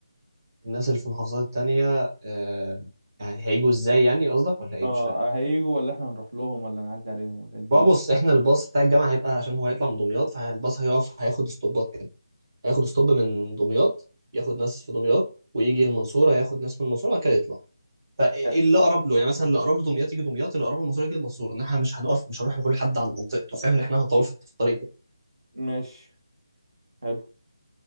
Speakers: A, on the right; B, on the right.
A: الناس اللي في المحافظات التانية آه يعني هيجوا ازاي يعني قصدك ولا ايه
B: اه
A: مش فاهم
B: هيجوا ولا احنا هنروح لهم ولا نعدي عليهم ولا إيه الدنيا؟
A: بقى بص احنا الباص بتاع الجامعه هيبقى عشان هو هيطلع من دمياط فالباص هيقف هياخد ستوبات كده هياخد ستوب من دمياط ياخد ناس في دمياط ويجي المنصوره ياخد ناس من المنصوره وبعد كده يطلع فايه
B: آه،
A: اللي اقرب له يعني مثلا اللي اقرب لدمياط يجي دمياط اللي اقرب للمنصوره يجي المنصوره ان احنا مش هنقف مش هنروح لكل حد عن منطقته فاهم ان احنا هنطول في الطريق كده
B: ماشي حلو